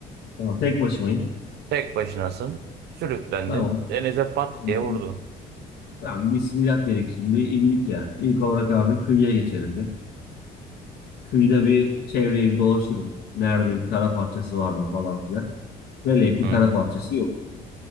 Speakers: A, on the left; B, on the right.
A: Tamam tek başımayım.
B: Tek başınasın. Sürüklendin.
A: Tamam.
B: Denize pat
A: Abi
B: diye
A: şimdi
B: vurdun.
A: tamam Bismillah dedik şimdi indik ya. İlk olarak abi kıyıya geçelim be. Kıyıda bir çevreyi bir dolaşırım. Neredeyim? Kara parçası var mı falan filan. Velev ki
B: Hı
A: kara parçası yok.